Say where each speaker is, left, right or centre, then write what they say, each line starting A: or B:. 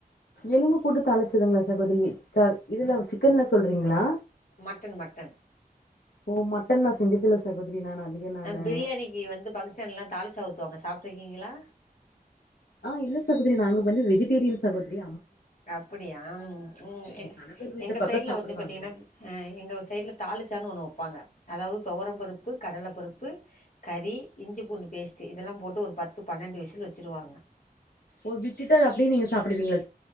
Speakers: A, on the left; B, on the left.
A: எலும்பு போட்டு தாளிச்சதுங்களா சகோதரி இதுல சிக்கன்ல்ல சொல்றீங்களா
B: மட்டன் மட்டன்ஹ
A: ஓ மட்டன் நா செஞ்சதில்ல சகோதரி நான் அதிக நானு
B: பிரியாணிக்கு வந்து பங்க்ஷன் எல்லாம் தாலிச்சவுத்துவாங்க சார் சாப்பிட்டுறுகீங்களா
A: ஆஹ இல்ல சதிர நாங்க வந்து வெஜிட்டேரியன் சாகதிரி
B: அப்படியா உம் எங்க
A: என் கணவர் வீட்டு
B: எங்க
A: பக்கோ
B: சைடு்ல
A: சாப்டுவாங்க
B: வந்து பாத்தீங்கன்னா அஹ் எங்க சைடு்ல தாலிச்சான்னு ஒண்ணு வைப்பாங்க அதவு தோரம் பருப்பு கடலை பருப்பு கறி இஞ்சி பூண்டு பேஸ்ட் இதெல்லாம் போட்டு ஒரு பத்து பன்னெண்டு விசுல வச்சுிருவாங்க
A: ஒரு விட்டுட்டர் அப்படியே நீங்க சாப்பிடுவீங்களா